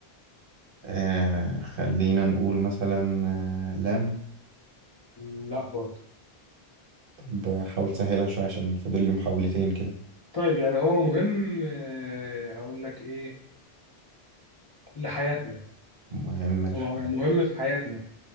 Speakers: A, on the right; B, on the left.
A: آه خلينا نقول مثلا آه لام
B: لا برضه
A: طب حاول تسهلها شوية عشان فاضل لي محاولتين كده
B: طيب يعني هو مهم آه، هقول لك إيه لحياتنا
A: مهم الحاجة
B: هو مهم في حياتنا